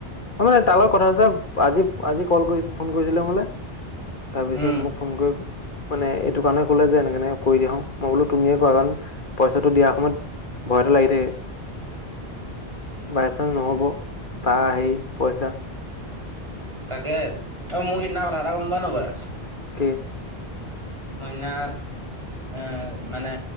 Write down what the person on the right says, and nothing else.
উম
তাকে, অ মোৰ সিদিনা কথা এটা গম পোৱা নোপোৱা?
মইনাত এ মানে